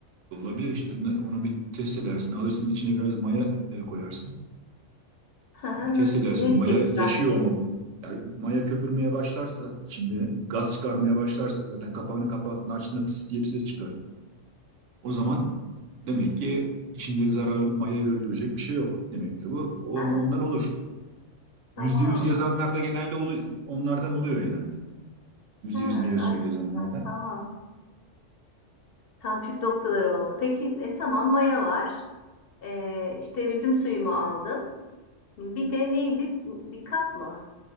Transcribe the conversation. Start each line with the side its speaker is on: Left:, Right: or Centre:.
Right: olabilir işte ne- onu bir test edersin. Alırsın içine biraz maya e, koyarsın.
Left: Hı hı,
Right: Test
Left: Nasıl?
Right: edersin
Left: Ne
Right: maya
Left: tepki
Right: yaşıyor
Left: verecek?
Right: mu? Yani maya köpürmeye başlarsa içinde gaz çıkarmaya başlarsa zaten kapağını kapattın açtığında tıs diye bir ses çıkar. O zaman demek ki içinde zararlı mayayı öldürecek bir şey yok demektir bu. O,
Left: Ha,
Right: ondan olur.
Left: tamam.
Right: Yüzde yüz yazanlarda genelde olu- onlardan oluyor genelde. Yüzde
Left: Ha,
Right: yüz meyve suyu
Left: ay,
Right: yazanlarda.
Left: tamam. Tam püf noktaları oldu. Peki e, tamam maya var. E, işte üzüm suyumu aldım. Bir de neydi? Bir kap mı?